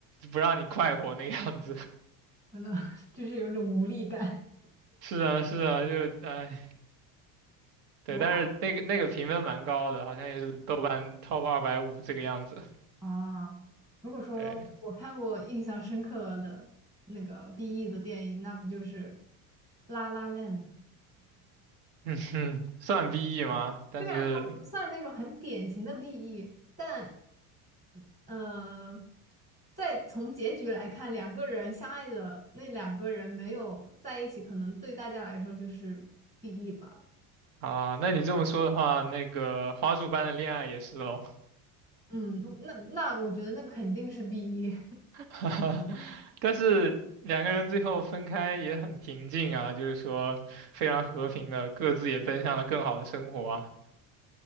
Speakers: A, on the right; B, on the right.
A: 不让你快活那个样子。<laughs>
B: 反正 <laughs> 就是有一种无力感？
A: 是啊，是啊，就哎，对，
B: 哇
A: 但是那个那个评分蛮高的，好像也是豆瓣 top 二百五这个样子。
B: <laughs> 啊，如果说我看过印象深刻的那个
A: 对，
B: BE 的电影，那不就是《La La Land》？
A: 嗯哼，算 BE 吗？但是
B: 虽然它不算那种很典型的 BE，但呃，在从结局来看，两个人相爱的那两个人没有在一起，可能对大家来说就是 BE 吧。
A: 啊，那你这么说的话，那个花束般的恋爱也是喽。
B: 嗯，那那我觉得那肯定是 BE，
A: <laughs> 但是两个人最后分开也很平静啊，就是说非常和平的，各自也奔向了更好的生活啊。